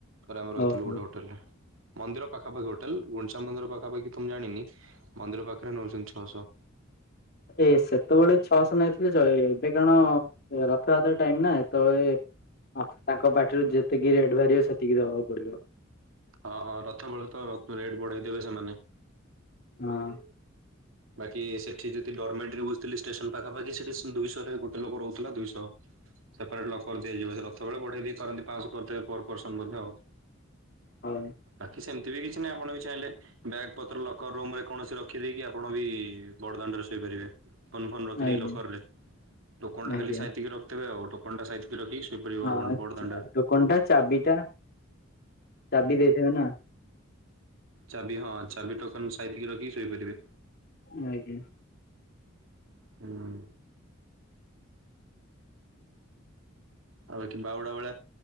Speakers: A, on the right (about 80°); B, on the left (about 55°).
A: ରେ ଆମେ ରହିଥିଲୁ
B: ଓହୋ
A: ଗୋଟେ ହୋଟେଲ ରେ ମନ୍ଦିର ପାଖାପଖ ହୋଟେଲ ଗୁଣ୍ଡିଚା ମନ୍ଦିର ପାଖାପଖି ତମେ ଜାଣିନି ମନ୍ଦିର ପାଖରେ ନେଉଛନ୍ତି ଛଅଶହ
B: ଏ ସେତେବେଳେ ଛଅଶହ ହେଇଥିଲେ ଏବେ କାରଣ ରଥଯାତ୍ରା ଟାଇମ ନା ସେତେବେଳେ ତାଙ୍କ ପାଟିରୁ ଯେତିକି ରେଟ୍ ବାହାରିବ ସେତିକି ଦବାକୁ ପଡିବ
A: ହଁଁ ରଥ ବେଳେ ତ ରେଟ୍ ବଢେଇ ଦେେବେ ସେମାନେ
B: ହଁ
A: ବାକି ସେଠି ଯଦି ଡରମେଟି ବୁଝଥିଲି ଷ୍ଟେସନ ପାଖାପାଖି ସେଠି ଦୁଇଶହରେ ଗୋଟେ ଲୋକ ରହୁଥିଲା ଦୁଇଶହ ସେପାରେଟ୍ ଲକର୍ ଦିଆଯିବ ସେ ରଥ ବବେଳେ ବଢ଼େଇ ଦେଇପାରନ୍ତି ପାଞ୍ଚଶହ ପର ପର୍ସନ୍ ମଧ୍ୟ ଆଉ
B: ହଁ
A: ଆକି ସେମିତି ବି କିଛି ନାହିଁ ଆପଣ ବି ଚାହିଁଲେ ବଗ ପତ୍ର ଲକର ରୁମ ରେ କୌଣସି ରଖିଦକି ଆପଣ ବି ବଡ଼ଦାଣ୍ଡରେ ଶୋଇପାରିବେ ଫୋନ ଫୋନ ରଖିଦି
B: ଆଜ୍ଞା
A: ଲକରରେ ଟୋକନ ଟା
B: ଆଜ୍ଞା
A: ଖାଲି ସାଇତିକି ରଖିବେ ଆଉ ଟୋକନ ଟା ସାଇ ରଖି ଏପ
B: ହଁ
A: ପଡଦଣ୍ଡ
B: ଟୋକନ ଟା ଚାବିଟା ଚାବି ଦେଇଥିବ ନା
A: ଚାବି ହଁ ଚାବି ଟୋକନ ସାଇତିକି ରଖିକି ଶୋଇପାରିବେ
B: ଆଜ୍ଞା
A: ହୁଁ ଆଉ ବାକି ବାଉଡା ଭେଳିଆ